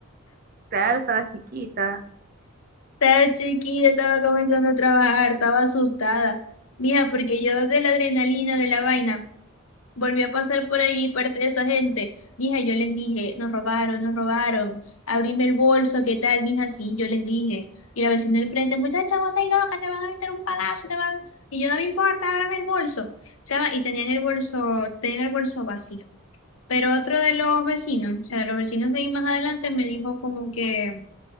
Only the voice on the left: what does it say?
Estaba chiquita, estaba comenzando a trabajar, estaba asustada. Mija, porque yo de la adrenalina, de la vaina, volví a pasar por ahí parte de esa gente. Mija, yo les dije, nos robaron, nos robaron. Abrime el bolso, ¿qué tal, mija? Sí, yo les dije. Y la vecina del frente, muchacha, vos estás loca, te van a meter un palazo, te van a-". Y yo, no me importa, ábrame el bolso. Chama, y tenían el bolso, tenían el bolso vacío. Pero otro de los vecinos, o sea, de los vecinos de ahí más adelante, me dijo como que